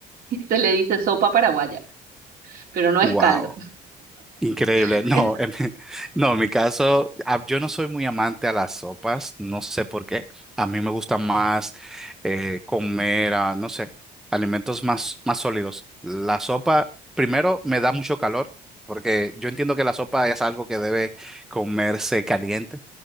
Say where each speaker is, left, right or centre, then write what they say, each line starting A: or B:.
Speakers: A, on the right; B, in the centre.
A: se le dice sopa paraguaya, pero no
B: Wow.
A: es caldo.
B: Increíble.
A: <laughs>
B: No, en mi, no, en mi caso, ah, yo no soy muy amante a las sopas, no sé por qué. A mí me gusta más eh, comer, ah, no sé, alimentos más, más sólidos. La sopa, primero, me da mucho calor, porque yo entiendo que la sopa es algo que debe comerse caliente.